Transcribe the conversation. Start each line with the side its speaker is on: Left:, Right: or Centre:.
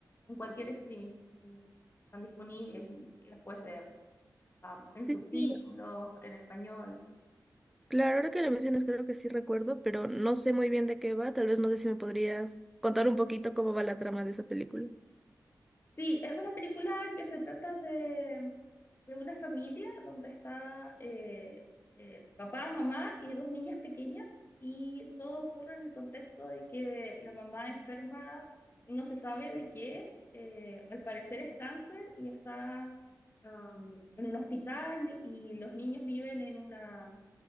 Left: en cualquier streaming. eh, están disponibles y, y las puedes ver am, en
Centre: Sí,
Left: subtítulos,
Centre: sí,
Left: en español.
Centre: claro, ahora que lo mencionas creo que sí recuerdo, pero no sé muy bien de qué va, tal vez no sé si me podrías contar un poquito cómo va la trama de esa película.
Left: Sí, es una película que se trata de, de una familia donde está eh, eh, papá, mamá y dos niñas pequeñas y todo ocurre en el contexto de que la mamá enferma, no se sabe de qué, eh, al parecer es cáncer y está am, en un hospital y los niños viven en una,